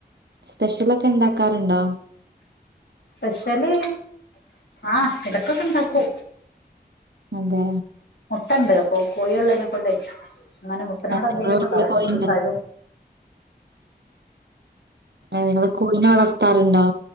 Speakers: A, on the right; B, on the left.
A: സ്പെഷ്യൽ ഒക്കെ ഇണ്ടാക്കാറുണ്ടോ
B: സ്പെഷ്യല് ആഹ് ഇടക്കൊക്കെ ഇണ്ടാക്കൂ
A: അതെ
B: ട്ടണ്ട് അപ്പൊ കോഴി ഉള്ളേനെ കൊണ്ടേ അങ്ങനെ മുട്ടനോട്
A: ആ, നിങ്ങളെ
B: എന്തേലേക്കെണ്ടാവും
A: വീട്ടില് കോഴിണ്ടോ
B: മുട്ടിം പഴും
A: അതെ ഞങ്ങള് കോയിനെ വളർ ത്താറുണ്ടോ